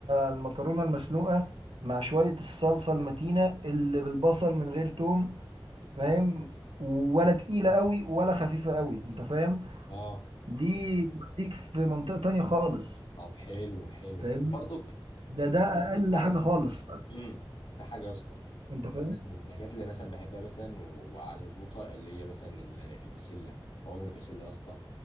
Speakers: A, on the right; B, on the left.
A: المكرونة المسلوقة مع شوية الصلصة المتينة اللي بالبصل من غير توم فاهم ولا تقيلة قوي ولا خفيفة قوي انت فاهم
B: اه
A: دي توديك في منطقة تانية خالص
B: طب حلو حلو
A: فاهمني
B: برضك
A: ده ده
B: برضك
A: أقل
B: حاجه
A: حاجة خالص
B: امم في حاجه يا اسطى
A: انت فاهم
B: مثلا من الحاجات اللي مثلا بحبها مثلا و- وعايز اظبطها اللي هي مثلا ال- البسله طاجن البسله يا اسطى